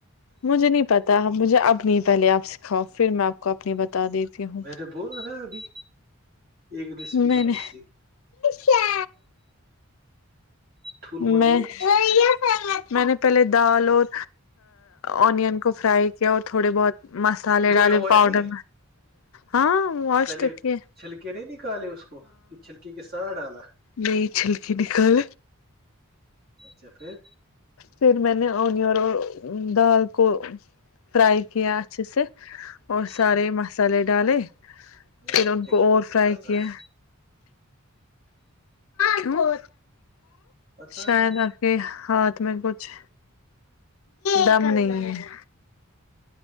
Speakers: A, on the left; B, on the right.
A: مجھے نہیں پتا مجھے اب نہیں پہلے آپ سکھاؤ پھر میں آپ کو اپنی بتا دیتی ہوں
B: میں تو بول رہ رہا‌ ابھی ایک ریسیپی
A: میں
B: تو
A: نے
B: سیکھی
A: کیا
B: ٹھول مٹ
A: میں
B: بولو
A: گیا میں نے پہلے دال اور اونین کو فرائی کیا اور تھوڑے بہت مسالے
B: دھویا
A: ڈے
B: ہوا
A: پاؤڈر
B: نہیں
A: ہاں واش
B: پہلے
A: توک ہے
B: چھلکے نہیں نکالے اس کو کہ چھلکی کے ساتھ ڈالا
A: نہیں چھلکی نکال
B: اچھا پھر
A: پھر میں نے اونر اور دال کو فرائی کیا اچھے سے اور سارے
B: ہاں
A: مسالے ڈالے
B: میرا
A: پھر
B: انڈکشن
A: ان کو اور
B: ہی نہیں
A: فرائی
B: چل رہا
A: کیا
B: ہے
A: کیوں
B: پتا
A: شایدہ
B: نہیں
A: کہ ہاتھ میں کچھ دم نہیں ہے